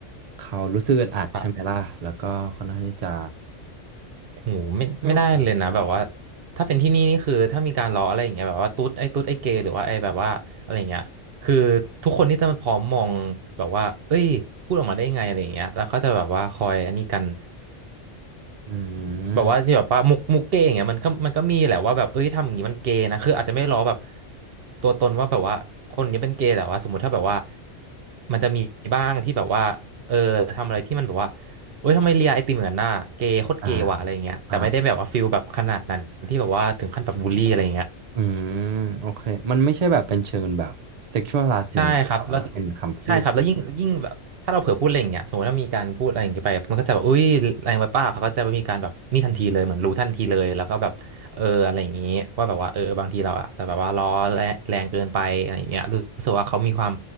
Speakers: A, on the right (about 90°); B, on the right (about 55°).
A: เขารู้สึกอึดอัดใช่ไหมล่ะแล้วก็ค่อนข้างที่จะ
B: ครับโหไม่ไม่ได้เลยนะแบบว่า
A: ไม่โอเค
B: ถ้าเป็นที่นี่นี่คือถ้ามีการล้ออะไรอย่างเงี้ยแบบว่าตุ๊ดไอ้ตุ๊ดไอ้เกย์หรือว่าไอ้แบบว่าอะไรอย่างเงี้ยคือทุกคนที่จะมาพร้อมมองแบบว่าเอ้ยพูดออกมาได้ไงอะไรอย่างเงี้ยแล้วเขาจะแบบว่าคอยอันนี้กัน
A: อืม
B: แบบว่าที่แบบว่ามุกมุกเก้อย่างเงี้ยมันก็มันก็มีแหละว่าแบบเอ้ยทำอย่างนี้มันเกย์นะคืออาจจะไม่ล้อแบบตัวตนว่าแบบว่าคนนี้เป็นเกย์แต่ว่าสมมติถ้าแบบว่ามันจะมีบ้างที่แบบว่าเออทำอะไรที่มันแบบว่าเอ้ยทำไมเลียไอติมเหมือนนหน้าเกย์โคตรเกย์ว่ะอะไรอย่างเงี้ยแต่ไม่ได้แบบว่าฟิลแบบขนาดนั้นที่แบบว่าถึงขั้นแบบบูลลี่อะไรอย่างเงี้ย
A: อ่าอ่าอืมโอเคมันไม่ใช่แบบเป็นเชิงแบบ sexual harassment
B: ใช่ครับแล้ว
A: แต่ว่าเป็นคำพูดเลย
B: ใช่ครับแล้วยิ่งยิ่งแบบถ้าเราเผลอพูดอะไรอย่างเงี้ยสมมติถ้ามีการพูดอะไรอย่างเงี้ยไปมันก็จะแบบอุ้ยแรงไปป้าเขาก็จะมีการแบบนี่ทันทีเลยเหมือนรู้ทันทีเลยแล้วก็แบบเอออะไรอย่างงี้ว่าแบบว่าเออบางทีเราอะแต่แบบว่าล้อแรงแรงเกินไปอะไรอย่างเงี้ยรู้สึกว่าเขามีความ